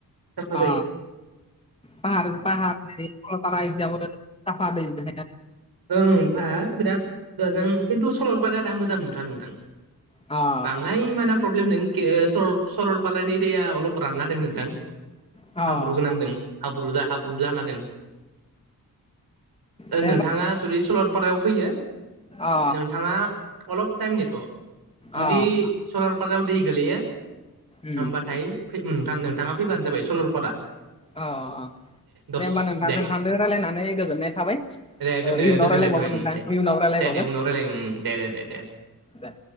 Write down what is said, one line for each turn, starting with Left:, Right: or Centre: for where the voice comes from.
Right: साफा
Left: अ
Right: जायो
Left: पाहार पाहार माने <unintelligible> साफा दै <unintelligible>
Right: ओं बा बिराद गोजों खिन्थु सरल'पाराया दा मोजां नंथ्रा नोंथां
Left: अ
Right: बाङाय माना प्रब्लेम नों के <unintelligible> सरलपारानि दैया अलप रानना दं नोंथां
Left: अ
Right: हाब्रु गोनां दों हाब्रु जा हाब्रु जाना दों
Left: दे
Right: नोंथाङा
Left: होमबा
Right: जुदि सरलपारायाव फैयो
Left: अ
Right: नोंथाङा अलप टाइम नेथ' जुदि
Left: अ
Right: सलरपारायाव दै गोलैयो
Left: उम
Right: होमबाथाय फै नोंथां नोंथाङा फैबानो जाबाय सलरपारा
Left: अ अ
Right: दस
Left: दे होमबा नोंथां
Right: दे
Left: नोंथांजों रायलायनानै गोजोननाय थाबाय
Right: दे
Left: ओ
Right: गोनो
Left: इयुनाव
Right: गोजोननाय
Left: रायलायबावगोन
Right: थाबाय
Left: नोंथां
Right: दे
Left: इयुनाव रायलायबावगोन
Right: दे दे उनाव रायलायगोन दे दे दे दे
Left: दे